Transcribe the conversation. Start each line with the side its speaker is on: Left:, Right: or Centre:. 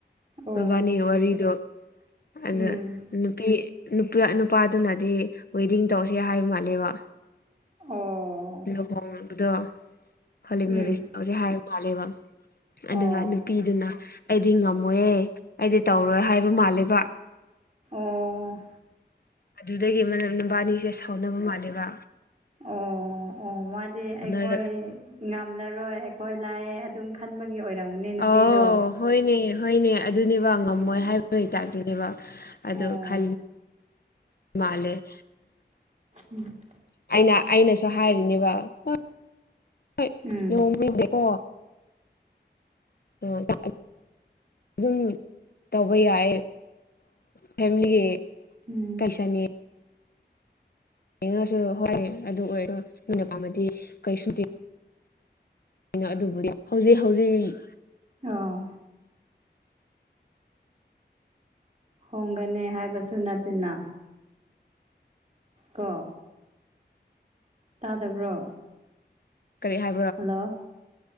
Right: ꯑꯣ
Left: ꯃꯕꯥꯅꯤ ꯋꯥꯔꯤꯗꯣ ꯑꯗꯨꯗ
Right: ꯎꯝ
Left: ꯅꯨꯄꯤ ꯅꯨ ꯅꯨꯄꯥꯗꯨꯅꯗꯤ ꯋꯦꯗꯤꯡ ꯇꯧꯁꯦ ꯍꯥꯏꯕ ꯃꯥꯜꯂꯦꯕ
Right: ꯑꯣ
Left: ꯂꯨꯍꯣꯡꯕꯗꯣ ꯍꯡ
Right: ꯎꯝ
Left: ꯃꯂꯤꯁꯦ ꯍꯥꯏꯕ ꯃꯥꯥꯜꯂꯦꯕ
Right: ꯑꯣ
Left: ꯑꯗꯨꯒ ꯄꯤꯗꯨꯅ ꯑꯩꯗꯤ ꯉꯝꯃꯣꯏꯌꯦ ꯑꯩꯗꯤ ꯇꯧꯔꯣꯏ ꯍꯥꯏꯕ ꯃꯥꯜꯂꯦꯕ
Right: ꯑꯣ
Left: ꯑꯗꯨꯗꯒꯤ ꯑꯃꯅ ꯂꯝꯕꯥꯅꯤꯁꯦ ꯁꯥꯎꯅꯕ ꯃꯥꯜꯂꯦꯕ
Right: ꯑꯣ ꯑꯣ ꯃꯥꯗꯤ
Left: ꯁꯥꯎꯅꯔ
Right: ꯑꯩꯈꯣꯏ ꯉꯝꯂꯔꯣꯏ ꯑꯩꯈꯣꯏ ꯂꯥꯛꯑ ꯑꯗꯨꯝ ꯈꯟꯕꯒꯤ ꯑꯣꯏꯔꯝꯅꯦ ꯅꯨꯄꯤꯗꯣ
Left: ꯑꯧ ꯍꯣꯏꯅꯦ ꯍꯣꯏꯅꯦ ꯑꯗꯨꯅꯦꯕ ꯉꯝꯃꯣꯏ
Right: ꯑꯣ
Left: ꯍꯥꯏꯕꯒꯤꯇꯥꯥꯛꯇꯅꯦꯕ ꯑꯗꯣ
Right: ꯑꯣ
Left: ꯈ ꯃꯥꯂꯦ
Right: ꯎꯝ
Left: ꯑꯩꯅ ꯑꯩꯅꯁꯨ ꯍꯥꯏꯔꯤꯅꯦꯕ ꯍꯣꯏ
Right: ꯎꯝ
Left: ꯂꯨꯍꯣꯡꯗꯦꯀꯣ ꯍ ꯑꯗꯨꯝ ꯇꯧ ꯇꯧꯕ ꯌꯥꯏ ꯐꯦꯃꯤꯂꯤꯒꯤ
Right: ꯎꯝ
Left: ꯀꯩꯁꯥꯅꯤ ꯌꯦꯡꯉꯁꯨ ꯍꯣꯏ ꯑꯗꯨ ꯑꯣꯏꯔꯣ ꯅꯅ ꯄꯥꯝꯃꯗꯤ ꯀꯩ ꯁꯨꯇꯤꯡ ꯀꯩꯅꯣ ꯑꯗꯨꯕꯨꯗꯤ ꯍꯧꯖꯤꯛ ꯍꯧꯖꯤꯛ
Right: ꯑꯥ ꯍꯣꯡꯒꯅꯤ ꯍꯥꯏꯕꯁꯨ ꯅꯠꯇꯦꯅ ꯀꯣ ꯇꯥꯗꯕ꯭ꯔꯣ
Left: ꯀꯔꯤ ꯍꯥꯏ
Right: ꯍꯜꯂꯣ